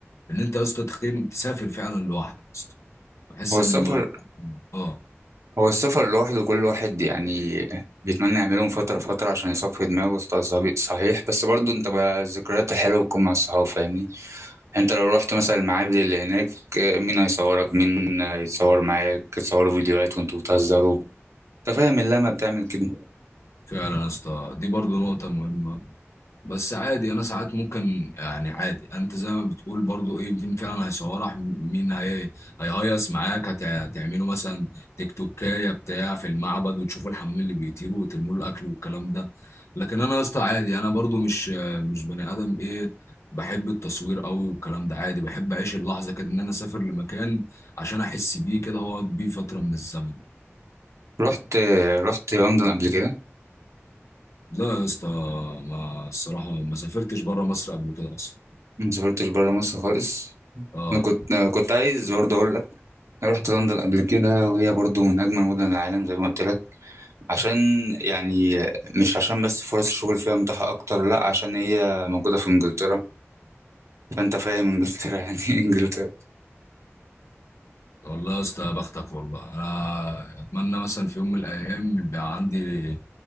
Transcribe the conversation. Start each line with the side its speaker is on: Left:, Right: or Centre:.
Left: ان انت يا اسطى تختلي تسافر فعلا لوحدك يا اسطى بحس
Right: هو
Left: ان
Right: السفر
Left: الموضوع اه
Right: هو السفر لوحده كل واحد يعني بيتمنى يعمله من فترة لفترة عشان يصفي دماغه وسط أصحابي- صحيح بس برضه انت بقى الذكريات الحلوة بتكون مع الصحاب فاهمني انت لو رحت مثلا المعابد اللي هناك آه، مين هيصورك مين هيتصور معاك تصوروا فيديوهات وانتوا بتهزروا انت فاهم اللمة بتعمل كده
Left: فعلا يا اسطى دي برضو نقطه مهمه بس عادي انا ساعات ممكن يعني عادي انت زي ما بتقول برضو ايه مين فعلا هيصورك مين هي هيهيص معاك هت- هتعملوا مثلا تيك توكايه بتاع في المعبد وتشوفوا الحمام اللي بيطيروا وترموا له الاكل والكلام ده لكن انا يا اسطى عادي انا برضو مش مش بني ادم ايه بحب التصوير قوي والكلام ده عادي بحب اعيش اللحظه كده ان انا اسافر لمكان عشان احس بيه كده واقعد بيه فتره من الزمن
Right: رحت آه، رحت لندن قبل كده
Left: لا يا اسطى ما الصراحه ما سافرتش بره مصر قبل كده اصلا
Right: ما سافرتش بره مصر خالص
Left: اه
Right: انا كنت آه، كنت عايز برضه اقول لك أنا رحت لندن قبل كده وهي برضه من اجمل مدن العالم زي ما قلت لك عشان يعني مش عشان بس فرص الشغل فيها متاحة أكتر لأ عشان هي موجودة في إنجلترا فأنت فاهم إنجلترا <laughs> يعني إيه إنجلترا
Left: والله يا اسطى يا بختك والله انا اتمنى مثلا في يوم من الايام يبقى عندي